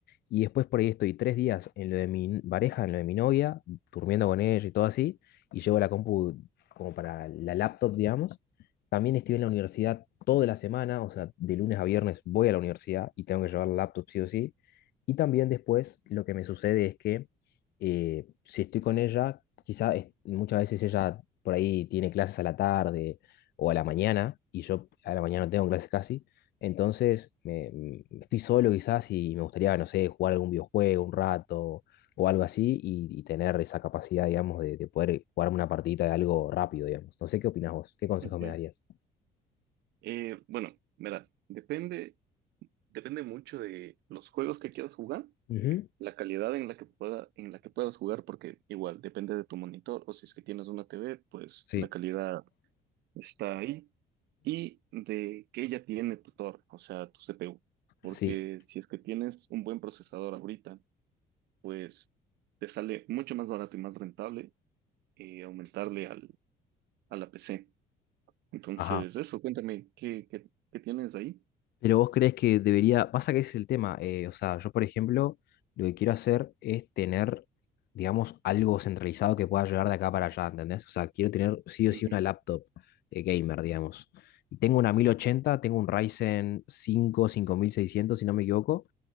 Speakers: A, on the left; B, on the right.
A: y después por ahí estoy tres días en lo de mi n- pareja, en lo de mi novia, durmiendo con ella y todo así, y llevo la compu como para la laptop, digamos. También estoy en la universidad toda la semana, o sea, de lunes a viernes voy a la universidad y tengo que llevar la laptop sí o sí. Y también después lo que me sucede es que eh, si estoy con ella, quizá es- muchas veces ella por ahí tiene clases a la tarde o a la mañana, y yo a la mañana no tengo clases casi, entonces me, me- estoy solo quizás y me gustaría, no sé, jugar algún videojuego un rato o algo así y, y tener esa capacidad, digamos, de, de poder jugarme una partidita de algo rápido, digamos. No sé qué opinás vos, qué consejos
B: ok.
A: me darías.
B: Eh, bueno, verás, depende, depende mucho de los juegos que quieras jugar,
A: Ujú.
B: la calidad en la que pueda, en la que puedas jugar, porque igual depende de tu monitor, o si es que tienes una TV, pues
A: Sí.
B: la calidad está ahí, y de que ella tiene tu torre, o sea, tu CPU. Porque
A: Sí.
B: si es que tienes un buen procesador ahorita, pues te sale mucho más barato y más rentable eh, aumentarle al, a la PC. Entonces,
A: Ajá.
B: eso, cuéntame, ¿qué, qué, qué tienes ahí?
A: Pero vos crees que debería, pasa que ese es el tema, eh, o sea, yo por ejemplo, lo que quiero hacer es tener, digamos, algo centralizado que pueda llegar de acá para allá, ¿entendés? O sea, quiero tener sí o
B: Ujú,
A: sí una laptop eh, gamer, digamos. Y tengo una mil ochenta tengo un Ryzen cinco cinco mil seiscientos si no me equivoco,